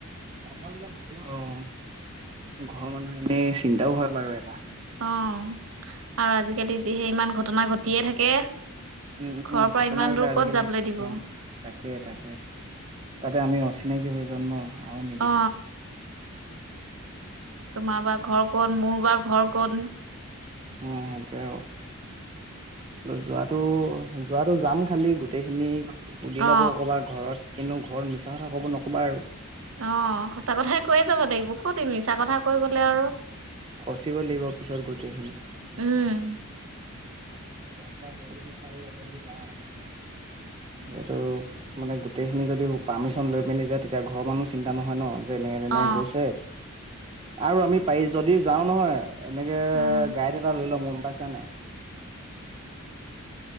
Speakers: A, on the right; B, on the right.
A: অ, ঘৰৰ মানুহখিনি চিন্তাও হয় বাৰু এটা।
B: অ, আৰু আজিকালি যিহে ইমান ঘটনা ঘটিয়ে থাকে।
A: উম,
B: ঘৰৰ
A: উম।
B: পৰা
A: ঘটনাবিলাক
B: ইমান দূৰ
A: আজিকালি
B: ক'ত যাবলৈ
A: ঘটি
B: দিব
A: থাকে। তাকে, তাকে। তাতে আমি অচিনাকি হৈ যাম ন, আৰু নিদিব।
B: অ তোমাৰ বা ঘৰ ক'ত? মোৰ বা ঘৰ ক'ত?
A: উম, সেইটোয়ে আৰু। যোৱাটো, যোৱাটো যাম খালি গোটেইখিনি। সুধি ল'ব
B: অ
A: ক'বা ঘৰত। কিন্তু ঘৰত মিছা কথা ক'ব নক'বা আৰু।
B: অ, সঁচা কথাই কৈয়ে যাব লাগিব। ক'ত এই মিছা কথা কৈ গ'লে আৰু,
A: ফচিব লাগিব পিছত গোটেইখিনি
B: উম।
A: <unintelligible> সেইটো মানে গোটেইখিনি যদি পাৰ্মিশ্বন লৈ মেলি যায়, তেতিয়া ঘৰৰ মানুহ চিন্তা নহয় ন। যেনেকে তেনেকে
B: অ
A: কৈছে, আৰু আমি প্ৰাইচ যদি যাওঁ নহয় এনেকে
B: উম
A: গাইড এটা লৈ ল'ম গম পাইছা নাই?